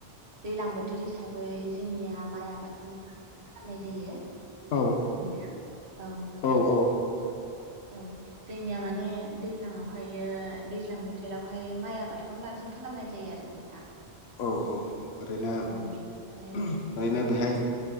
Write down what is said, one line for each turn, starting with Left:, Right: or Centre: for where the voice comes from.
Right: दैलां बोथोर हिसाबै जोंनिया माइ आबादखौनो खालामनाय जायो नोंथां
Left: औ
Right: औ
Left: औ औ
Right: औ जोंनिया माने दैज्लांवहायो दैज्लां बोथोरावहाय माइ आबादखौनो बांसिन खालामनाय जायो आरो नोंथां।
Left: औ औ ओरैनो
Right: औ बिनिफ्राय
Left: ओरैनो
Right: औ
Left: बेहाय